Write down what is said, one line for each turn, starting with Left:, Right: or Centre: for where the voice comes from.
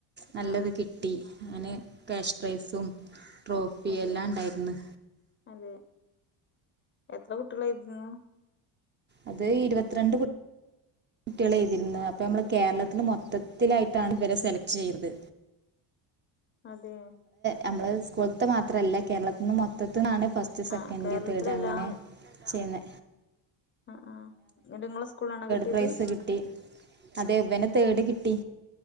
Right: നല്ലത്
Left: ആഹ് ആഹ്
Right: കിട്ടി അയ്ന് കാശ് പ്രൈസും ട്രോഫി
Left: അതെ
Right: എല്ലാം ഇണ്ടായിര്ന്ന്
Left: അതെ എത്ര കുട്ടികളായിരുന്നു?
Right: അത് ഇരുപത്തിരണ്ട് കുട്ടി ട്ടികള് എഴുതിയിരുന്നു അപ്പൊ നമ്മള് കേരളത്തില് മൊത്തത്തിലായിട്ടാണ് ഇവരെ സെലക്ട് ചെയ്യത്
Left: അതെ
Right: നമ്മള് സ്കൂൾത്ത് മാത്രല്ല കേരളത്തി ഇന്ന് മൊത്തത്തിന്നാണ് ഫസ്റ്റ് സെക്കൻഡ്
Left: ആഹ് കേരളത്തിലെല്ലാ
Right: തേർഡ് അങ്ങനെ ചെയ്യുന്നെ
Left: അഹ് ആഹ്. ന്നെട്ട് ഇങ്ങളെ സ്കൂളിനാണോ കിട്ടിയത്?
Right: പ്രൈസ് കിട്ടി അതെ ഇവന് തേർട് കിട്ടി